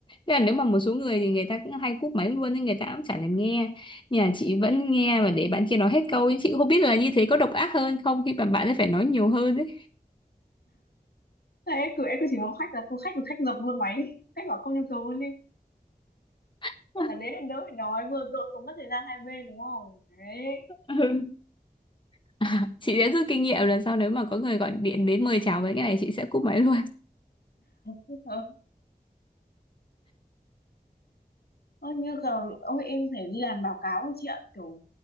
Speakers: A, on the left; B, on the left.
A: Thế là nếu mà một số người thì người ta cũng hay cúp máy luôn nhưng người ta cũng chả thèm nghe nhà chị vẫn nghe và để bạn kia nói hết câu ấy. chị không biết là như thế có độc ác hơn không khi mà bạn ấy phải nói nhiều hơn ấy
B: Thế em cứ, em cứ chỉ mong khách là thôi khách thì khách dập luôn máy đi, khách bảo không nhu cầu luôn đi.
A: <laughs>
B: Là đến đến đâu phải nói vừa độ tốn mất thời gian hai bên đúng không? Đấy.
A: Ừ. À, chị sẽ rút kinh nghiệm lần sau nếu mà có người gọi điện đến mời chào với cái này chị sẽ cúp máy luôn
B: Ờ, ơ, như là, ôi em phải đi làm báo cáo rồi chị ạ, kiểu